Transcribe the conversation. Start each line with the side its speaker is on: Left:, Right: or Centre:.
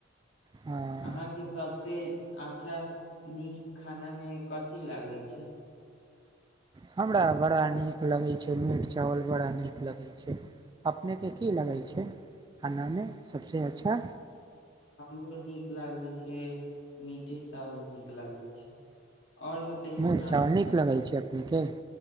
Right: हाँ।
Left: अहाँके सबसे अच्छा नीक खाना मे कथी लागै छै
Right: हमरा बड़ा नीक लगै छै मीट चावल बड़ा नीक लगै छै अपनेके की लगै छै खानामे सभसँ अच्छा
Left: हमरो नीक लागै छै मीटे चावल नीक लागै छै आओर बतैयौ
Right: मीट
Left: ने
Right: चावल नीक लगै छै अपनेके